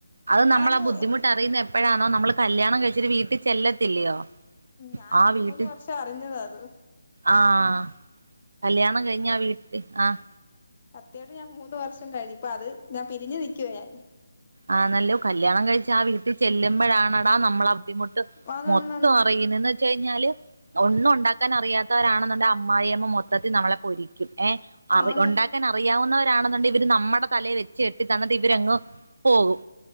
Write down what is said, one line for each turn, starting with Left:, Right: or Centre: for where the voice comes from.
Right: അത്
Left: ഞാനമ്മ
Right: നമ്മൾ ബുദ്ധിമുട്ട്റിയുന്ന എപ്പോഴാണോ നമ്മള് കല്യാണം കഴിച്ച വീട്ടിൽ ചെല്ലത്തില്ലയോ.
Left: ഞാനൊരു
Right: ആഹ് വീട്ടി
Left: മൂന്ന് വർഷം അറിഞ്ഞതാ അത്
Right: ആഹ് കല്യാണം കഴിഞ്ഞാ വീട്ട് അഹ്
Left: സത്യായിട്ടും ഞാൻ മൂന്ന് വർഷം കഴിഞ്ഞു ഇപ്പ അത് ഞാൻ പിരിഞ്ഞ് നിൽക്കവെ
Right: ആ നല്ലോ കല്യാണം കഴിച്ച ആ വീട്ടിൽ ചെല്ലുമ്പഴാണടാ നമ്മള ആ ബുദ്ധിമുട്ട്
Left: ആന്ന്
Right: മൊത്തം
Left: ആന്ന് ആന്ന്
Right: അറിയുന്ന. എന്ന് വച്ച കഴിഞ്ഞാല്. ഒന്നും ഉണ്ടാക്കാൻ അറിയാത്തവരാണെന്ന്ണ്ട് അമ്മായി അമ്മ മൊത്തത്തി നമ്മളെ പൊരിക്കും. ഏഹ് അറി
Left: ആന്ന്
Right: <unintelligible> ഉണ്ടാക്കാൻ അറിയാവുന്നവരാണെന്നുണ്ടെ ഇവര് നമ്മടെ തലേ വെച്ച് എട്ടി തന്നിട്ട് ഇവരങ്ങ് പോകും.